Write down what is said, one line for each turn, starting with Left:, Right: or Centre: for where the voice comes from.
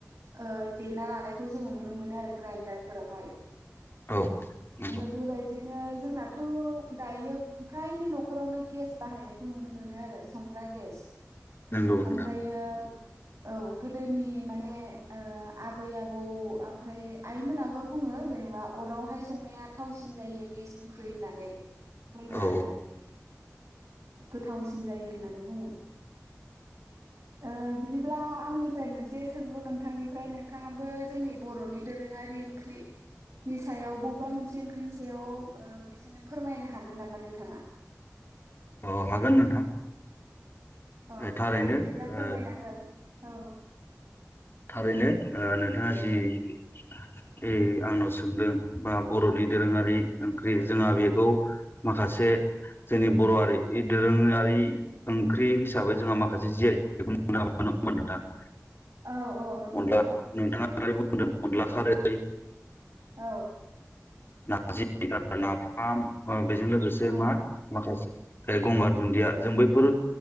Right: ओ देना लानायखौ जोङो नुनो मोनो आरो ग्राइन्डार फोरावहाय।
Left: औ। नंगौ
Right: ओमफाय बेबायदिनो जोंनाथ' दायो फ्रायनि न'खरावनो गेस बाहायनायखौ नुनो मोनो आरो संग्रा गेस
Left: नंगौ नोंथां
Right: ओमफ्रायो औ गोदोनि माने ओ आबै आबौ ओमफ्राय आइमोनाबो बुङो जेनेबा अरावहाय संनाया थावसिन जायो गेसनिख्रुइ होननानै। बुङो
Left: औ
Right: आरो गोथावसिन जायो होननानै बुङो। ओ बिदिब्ला आंनिफ्राय मोनसे सोंलु नोंथांनिफ्राय नोंथाङाबो जोंनि बर'नि दोनों ङारि ओंख्रि नि सायाव बबेबा मोनसे ओंख्रिनि सायाव ओ बिदिनो फोरमायनो हागोन नामा नोंथाङा?
Left: अ' हागोन नोंथां।
Right: अ'
Left: थारैनो
Right: दे बिदिब्ला फोरमायना
Left: ओ
Right: हो औ।
Left: थारैनो ओ नोंथाङा जि ए आंनाव सोंदों बा बर'नि दोरोङारि ओंख्रि जोंहा बेखौ माखासे जोंनि बर'आरि दोरोङारि ओंख्रि हिसाबै जोंहा माखासे जि आइ थेकबो <unintelligible> <unintelligible>
Right: औ औ। नंगौ
Left: अनला
Right: नोंथां
Left: नोंथाङा <unintelligible> बुंदों अनला खारै
Right: औ।
Left: नारजि नाफाम ओ बेजों लोगोसे
Right: औ
Left: मा माखासे ओ गंगार दुन्दिया जों बैफोर